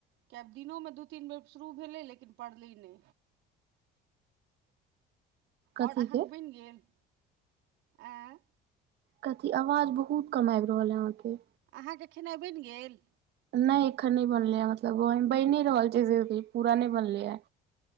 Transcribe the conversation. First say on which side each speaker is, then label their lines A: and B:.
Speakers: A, on the right; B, on the right.
A: किआ दिनोमे दू- तीन बेर शुरू भेलै लेकिन पड़लै नै।
B: कथी
A: और अहाँके
B: के
A: बनि गेल आऽ
B: कथी आवाज बहुत कम आबि रहल अइ अहाँके।
A: अहाँके खेनाइ बनि गेल?
B: नैय एखन नै बनलैया है मतलब ओ बनि रहल छै जे पूरा नै बनलैया।